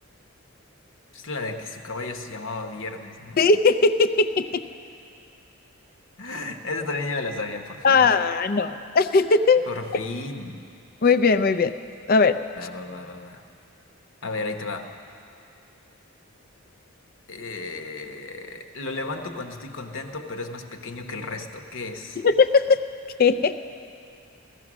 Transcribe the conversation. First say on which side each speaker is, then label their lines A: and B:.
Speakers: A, on the left (about 60°); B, on the left (about 40°).
A: Es la de que su caballo se llamaba Viernes, ¿no?
B: Sí. <laughs>
A: <laughs> Esa también ya me la sabía, por fin.
B: Ah, no. <laughs>
A: Por fin.
B: Muy bien, muy bien. A ver.
A: Va, va, va, va, va. A ver, ahí te va. Eh, Lo levanto cuando estoy contento, pero es más pequeño que el resto. ¿Qué es?
B: <laughs> ¿Qué?